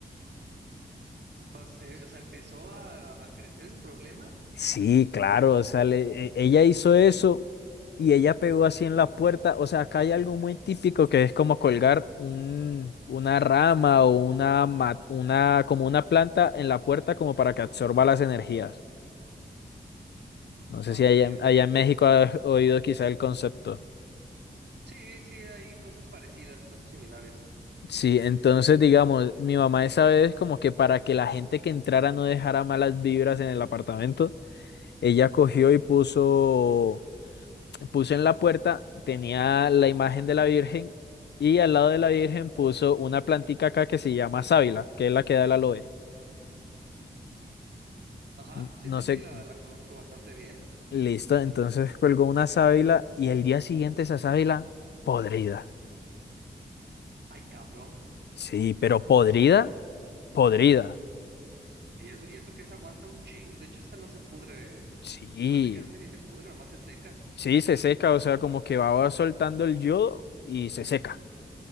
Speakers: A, on the right; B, on the left.
A: Pues, se- o sea, empezó a, a crecer el problema.
B: Sí, claro, o sea, le- e- ella hizo eso y ella pegó así en la puerta. O sea, acá hay algo muy típico que es como colgar un, una rama o una, ma- una, como una planta en la puerta como para que absorba las energías. No sé
A: Ah,
B: si allá,
A: ok,
B: en
A: ok.
B: allá en México has oído quizá el concepto.
A: Sí, sí, hay cosas parecidas, cosas similares.
B: Sí, entonces digamos, mi mamá esa vez como que para que la gente que entrara no dejara malas vibras en el apartamento, ella cogió y puso puso en la puerta, tenía la imagen de la Virgen y al lado de la Virgen puso una plantica acá que se llama sábila, que es la que da el aloe.
A: Ajá,
B: N-
A: sí,
B: No
A: sí,
B: sé,
A: sí, la, la conozco bastante bien.
B: listo, entonces colgó una sábila y el día siguiente esa sábila podrida.
A: Ay, cabrón.
B: Sí, pero podrida, podrida.
A: Y eso, y eso que se aguanta un chingo. De hecho, esa no se pudre.
B: Sí,
A: Prácticamente ni se pudre, nomás se seca.
B: sí, se seca, o sea, como que va soltando el yodo y se seca.